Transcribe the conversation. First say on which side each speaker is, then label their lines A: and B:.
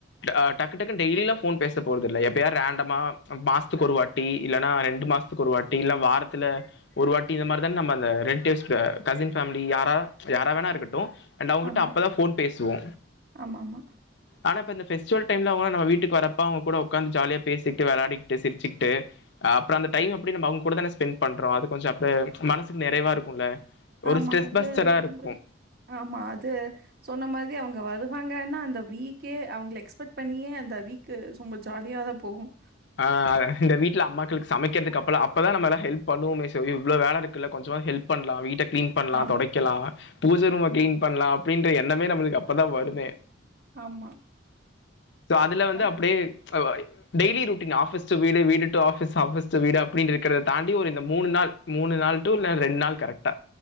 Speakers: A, on the left; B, on the right.
A: ஆ டக்கு டக்குனு டெய்லிலாம் ஃபோன் பேச போறதில்ல எப்ப யா ரேண்டமா மாசத்துக்கு ஒரு வாட்டி இல்லன்னா ரெண்டு மாதத்துக்கு ஒரு வாட்டி இல்ல வாரத்துல ஒரு வாட்டி இந்த மாறிதானே நம்ம அந்த ரெண்டியஸ்ட்டு கசின் ஃபேமிலி யாரா யாரா வேணா இருக்கட்டும் அண்ட் அவுங்கிட்ட
B: ஆமா.
A: அப்பதா ஃபோன் பேசுவோ
B: ஆமாமா. ஆமா.
A: ஆனா இப்ப இந்த பெஸ்டிவல் டைம்ல அவுங்கல்லா நம்ம வீட்டுக்கு வரப்ப அவுங்க கூட உக்காந்து ஜாலியா பேசிட்டு வெளாடிட்டு சிரிச்சுட்டு அ அப்றோ அந்த டைம் அப்டி நம்ம அவுங்க கூட தானே ஸ்பெண்ட் பண்றோ அது கொஞ்சோ அப்ப மனசுக்கு நிறைவா இருக்குல்ல ஒரு
B: ஆமா
A: ஸ்ரெஸ்
B: அது
A: பஸ்டரா
B: ரொம்ப
A: இருக்கும்
B: ஆமா அது சொன்ன மாதி அவுங்க வருவாங்கன்னா அந்த வீக்கே அவங்க எக்ஸ்பெக்ட் பண்ணியே அந்த வீக் க்கு சும்மா ஜாலியா தா போகும்
A: ஆ இந்த வீட்ல அம்மாக்களுக்கு சமைக்கிறதுக்கு அப்பல்லா அப்பதா நம்ம எல்லா ஹெல்ப் பண்ணுவோமே சோய் இவ்ளோ வேல இருக்குல்ல கொஞ்சமா ஹெல்ப் பண்லா வீட்ட கிளீன் பண்லா
B: ஆம்
A: தொடைக்கலா பூஜை ரூம கிளீன் பண்லா அப்டின்ற எண்ணமே நம்மளுக்கு அப்பதா வருமே
B: ஆமா
A: சோ அதுல வந்து
B: அ
A: அப்டியே ஓ டெய்லி ரொட்டீன் ஆபீஸ் டு வீடு வீடு டு ஆபீஸ் ஆபீஸ் டு வீடு அப்டின் இருக்கிறத தாண்டி ஒரு இந்த மூணு நாள் மூணு நாள் டூ இல்ல ரெண்ட் நாள் கரெக்டா